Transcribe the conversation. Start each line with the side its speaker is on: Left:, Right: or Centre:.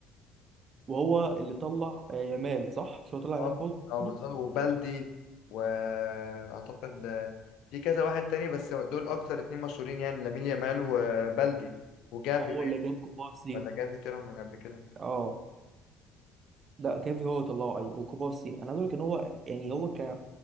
Right: وهو اللي طلع آه، يامال صح مش هو طلع
Left: اه
Right: يامال برضه
Left: اه بالظبط وبلدي واعتقد آه، في كذا واحد تاني بس دول اكتر اتنين مشهورين يعني لامين يامال وبلدي وجافي
Right: وهو
Left: باين
Right: اللي جاب كوبارسي
Left: ولا جافي طلع من قبل كده
Right: اه لا جافي هو اللي طلعه ايوه وكوبارسي انا عايز اقول لك ان هو يعني هو ك